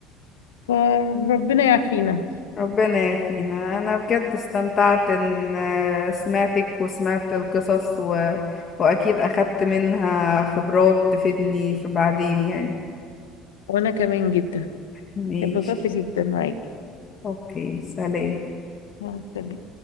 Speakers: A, on the left; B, on the left.
A: فربنا يعافينا
B: ربنا يعافينا أنا بجد استمتعت إن آه، سمعتك وسمعت القصص و... وأكيد أخدت منها خبرات تفيدني في بعدين يعني
A: وانا كمان جدا
B: ماشي
A: اتبسطت جدا معاكي
B: أوكي سلام
A: مع السلامة